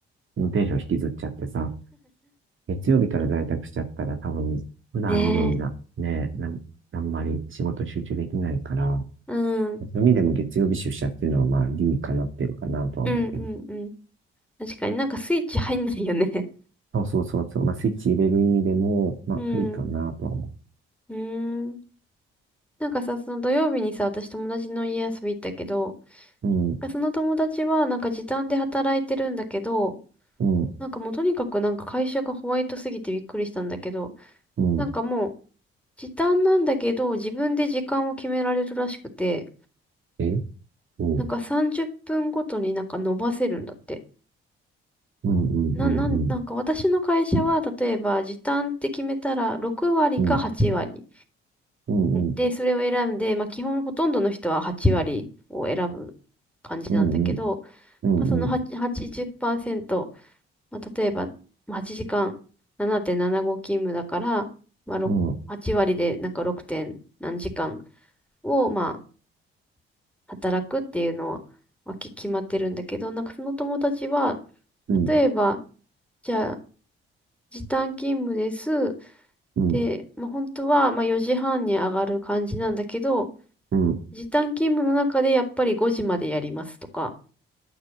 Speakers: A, on the right; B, in the centre.
A: のテンション引きずっちゃってさ、月曜日から在宅しちゃったら多分、普段以上にな、
B: ねえ。
A: ね、なん、あんまり仕事集中できないから、
B: うん、
A: そういう意味でも月曜日出社っていうのはまあ理にかなってるかなとは思うけど。
B: うん、うん、うん。確かになんかスイッチ入んないよね <laughs>
A: そうそうそうそう。まあスイッチ入れる意味でも、まあありかなとは思
B: うん。うーん。なんかさ、その土曜日にさ、私友達の家遊び行ったけど、
A: う。うん、
B: その友達はなんか時短で働いてるんだけど、
A: うん、
B: なんかもうとにかくなんか会社がホワイトすぎてびっくりしたんだけど、
A: うん。
B: なんかもう時短なんだけど、自分で時間を決められるらしくて、
A: えうん、
B: なんか30分ごとになんか伸ばせるんだって。
A: うん、うん、
B: な、なん、
A: うん、
B: なんか私の会社は例えば時短って決めたら6割か8割。
A: うん、うん、うん、
B: で、それを選んで、まあ、基本ほとんどの人は8割を選ぶ感じなんだけど、
A: うん、うん、うん、
B: まあ、その8ン0
A: うん、
B: まあ、例えばまあ8時間7.75勤務だから、まあ、ろく8割でなんか
A: うん、
B: 6. 点何時間をまあ働くっていうのは、まあ、き決まってるんだけど、なんかその友達は、
A: うん、
B: 例えば、じゃあ時短勤務です。
A: うん
B: で、まあ、本当はまあ4時半に上がる感じなんだけど、
A: うん
B: 時短勤務の中でやっぱり5時までやりますとか。